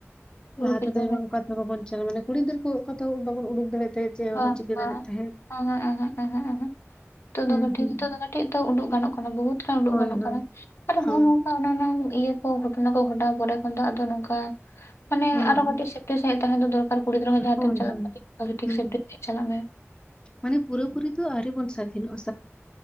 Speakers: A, on the left (about 65°); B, on the left (about 20°).
A: ᱵᱚᱦᱩ
B: ᱞᱟᱦᱟ
A: ᱠᱤᱪᱷᱩ
B: ᱛᱮᱫᱚ
A: ᱜᱮ
B: ᱚᱠᱟ ᱵᱟᱵᱚᱱ ᱪᱟᱞᱟᱜ ᱢᱟᱱᱮ ᱠᱩᱲᱤ ᱜᱤᱫᱟᱹᱨ ᱠᱚ ᱚᱠᱟ ᱛᱮᱦᱚ ᱵᱟᱵᱚᱱ ᱩᱰᱩᱠ ᱫᱟᱲᱮᱭᱟᱜ ᱛᱟᱦᱮᱸᱫ ᱪᱮᱫ ᱦᱚᱸ
A: ᱵᱟ
B: ᱵᱟᱵᱚᱱ ᱪᱤᱠᱟᱹ
A: ᱵᱟ
B: ᱫᱟᱲᱮᱭᱟᱜ ᱛᱟᱦᱮᱸᱫ
A: ᱮᱦᱮᱜ ᱮᱦᱮᱜ ᱮᱦᱮᱜ ᱮᱦᱮᱜ ᱱᱤᱛᱚᱜ
B: ᱦᱩᱸ
A: ᱫᱚ ᱠᱟᱹᱴᱤᱡ
B: ᱦᱩᱸ
A: ᱱᱤᱛᱚᱜ ᱫᱚ ᱠᱟᱹᱴᱤᱡ ᱛᱚ ᱩᱰᱩᱜ ᱜᱟᱱᱚᱜ ᱠᱟᱱᱟ ᱵᱚᱦᱩᱛ ᱴᱟ ᱩᱰᱩᱜ
B: ᱦᱳᱭ,
A: ᱜᱟᱱᱚᱜ
B: ᱦᱳᱭ,
A: ᱠᱟᱱᱟ ᱟᱨ
B: ᱦᱮᱸ,
A: ᱦᱚᱸ ᱦᱚᱸ ᱚᱱᱟ ᱚᱱᱟ ᱤᱭᱟᱹ ᱠᱚ ᱜᱷᱚᱴᱚᱱᱟ ᱠᱚ ᱜᱷᱚᱴᱟᱣ ᱯᱚᱨᱮ ᱠᱷᱚᱱ ᱫᱚ ᱟᱫᱚ ᱱᱚᱝᱠᱟ ᱢᱟᱱᱮ
B: ᱦᱮᱸ,
A: ᱟᱨᱚ
B: ᱦᱮᱸ,
A: ᱠᱟᱹᱴᱤᱡ ᱥᱮᱯᱴᱤ ᱥᱟᱦᱤᱡ ᱛᱟᱦᱮᱸ ᱫᱚᱨᱠᱟᱨ ᱠᱩᱲᱤ ᱜᱤᱫᱽᱨᱟᱹ ᱦᱚᱸ ᱡᱟᱦᱟᱸᱛᱮᱢ
B: ᱦᱳᱭ,
A: ᱪᱟᱞᱟᱜᱼᱟ
B: ᱦᱳᱭ,
A: ᱴᱷᱤᱠ
B: ᱦᱩᱸ,
A: ᱥᱮᱯᱴᱤ ᱥᱟᱦᱤᱡ ᱪᱟᱞᱟᱜ ᱢᱮ
B: ᱢᱟᱱᱮ ᱯᱩᱨᱟᱹ ᱯᱩᱨᱤ ᱫᱚ ᱟᱹᱣᱨᱤ ᱵᱚᱱ ᱥᱟᱫᱷᱤᱱᱚᱜ-ᱟ